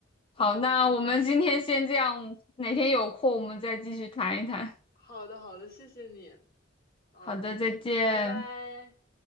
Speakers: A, on the left; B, on the left.
A: 好，
B: 嗯，
A: 那我们今天先这样，哪天有空我们再继续谈一谈。
B: 好的好的，谢谢你，嗯，
A: 好的，再见。
B: 拜拜。